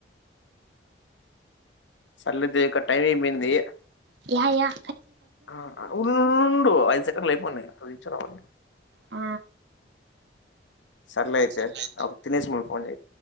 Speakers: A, on the left (about 85°); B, on the right (about 75°).
A: సల్లేదు ొక్క టైమింగ్ పోయింది
B: య య
A: ఆ ఉండు ఐదు సెకండ్లు అయిపోయి చదిించ రావండి
B: ఆ
A: సర్లే అయితే
B: సర్దయింది
A: తినేసి మనం ఫోన్ చేయి